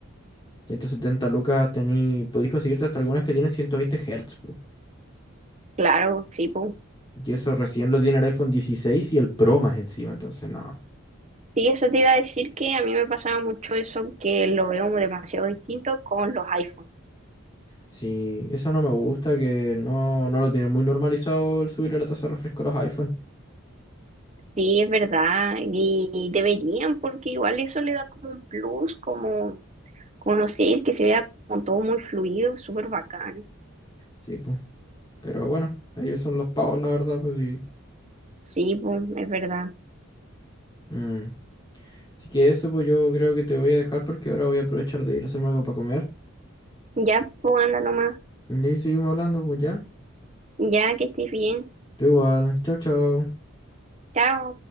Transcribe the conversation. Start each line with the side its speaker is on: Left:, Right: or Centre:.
Left: ciento setenta lucas tení, podéis conseguirte hasta algunas que tienen 120 Hz, po.
Right: Claro, sí, pues.
Left: Y eso recién lo tiene el iPhone 16 y el Pro más encima, entonces no.
Right: Sí, eso te iba a decir que a mí me pasaba mucho eso, que lo veo demasiado distinto con los iPhones.
Left: Sí, eso no me gusta, que no, no lo tienen muy normalizado el subir la tasa de refresco a los iPhone.
Right: Sí, es verdad, y y deberían, porque igual eso le da como un plus, como, como no sé, que se vea como todo muy fluido, súper bacán.
Left: Sí, pues. Pero bueno, ellos son los pavos, la verdad, pues sí.
Right: Sí, pues, es verdad.
Left: Mm. Así que eso, pues yo creo que te voy a dejar porque ahora voy a aprovechar de ir a hacerme algo para comer.
Right: Ya, pues, anda nomás,
Left: Y ahí seguimos hablando, pues ya.
Right: ya que estés bien.
Left: Tú igual. Chao, chao.
Right: Chao.